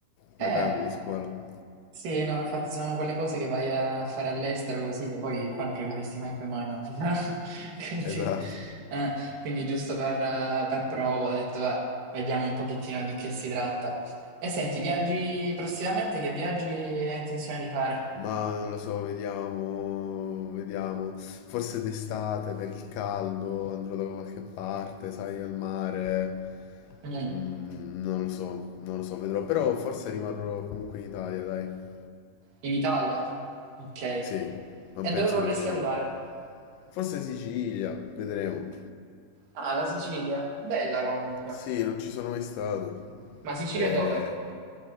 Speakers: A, on the left; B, on the right.
A: La
B: eh,
A: carne di squalo.
B: sì, no, infatti sono quelle cose che vai a fare all'estero così, che poi qua non rimarresti mai, poi mai, no? <laughs> Quindi,
A: Esatto.
B: eh, quindi giusto per, eh, per prova ho detto, "Beh, vediamo un pochettino di che si tratta. E senti, viaggi prossimamente, che viaggi hai intenzione di fare?
A: Ma non lo so, vediamo, vediamo. Forse d'estate per il caldo andrò da qualche parte, sai, al mare.
B: Mm,
A: Mm, non lo so, non lo so, vedrò. Però forse rimarrò comunque in Italia, dai.
B: In Italia? Ok. E
A: Sì, non penso
B: dove vorresti
A: di uscire.
B: andare?
A: Forse Sicilia, vedremo.
B: Ah, la Sicilia. Bella comunque.
A: Sì, non ci sono mai stato.
B: Ma Sicilia
A: Eh,
B: dove?